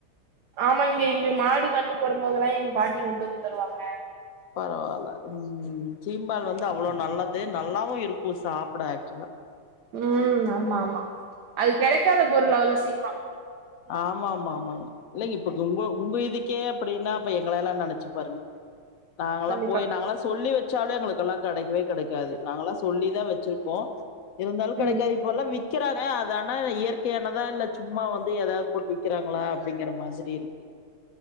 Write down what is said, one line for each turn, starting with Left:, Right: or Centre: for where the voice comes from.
Right: ஆமா இங்க இங்க மாடு கண்ணு போடும் போதெல்லா எங்க பாட்டி கொண்டு வந்து தருவாங்க
Left: பரவாயில்ல உம் சீம்பால் வந்து அவ்ளோ நல்லது நல்லாவு இருக்கு சாப்ட ஆக்சுவலா
Right: ம் ஆமா ஆமா அது கிடைக்காத பொருள் அவ்ள சீக்கிரோ
Left: ஆமா ஆமா ஆமாங்க இல்லங்க இப்ப உங்க உங்க இதுக்கே அப்பிடினா இப்ப எங்கலல்லா நினச்சு பாருங்க நாங்களா
Right: கண்டிப்பா
Left: போய் நாங்களா சொல்லி வச் வச்சாலு எங்களுக்கெல்லா கெடைக்கவே கெடைக்காது நாங்கல்லா சொல்லிதா வச்சிருக்கோ இருந்தாலு கிடைக்காது
Right: ம்
Left: இப்போலா விக்கிறாங்க அது ஆனா இயற்கையானதா இல்ல சும்மா வந்து இன்னு எதாவ்து போட்டு விக்கிறாங்களா அப்டிங்கிற மாதிரி இருக்கு